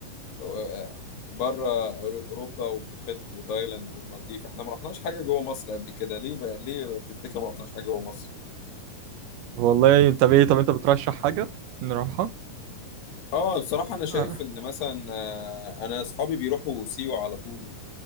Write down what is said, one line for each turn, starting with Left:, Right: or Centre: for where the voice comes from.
Left: آه، بره أورو- اوروبا وبوخت وتايلاند والمالديف احنا ما رحناش حاجة جوه مصر قبل كده ليه بقى ليه تفتكر ما رحناش حاجة جوه مصر
Right: والله طب ايه طب انت بترشح حاجة نروحها
Left: اه بصراحة انا شايف
Right: آه.
Left: ان مثلا آه، انا اصحابي بيروحوا سيوة على طول